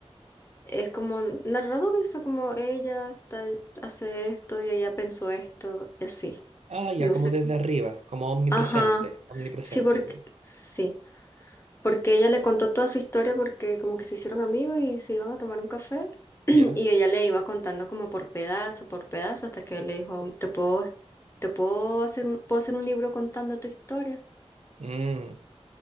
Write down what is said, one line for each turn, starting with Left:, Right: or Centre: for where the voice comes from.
Left: es como narrador eso, como ella tal- hace esto y ella pensó esto y así.
Right: Ah, ya,
Left: No
Right: como
Left: sé.
Right: desde arriba, como omnipresente.
Left: Ajá,
Right: Omnipresente
Left: sí, porque,
Right: se le dice.
Left: sí, porque ella le contó toda su historia porque como que se hicieron amigos y se iban a tomar un café <clears throat> y
Right: Ya.
Left: ella le iba contando como por pedazo, por pedazo, hasta que él le dijo, te puedo, te puedo hacer, un- puedo hacer un libro contando tu historia.
Right: Mm.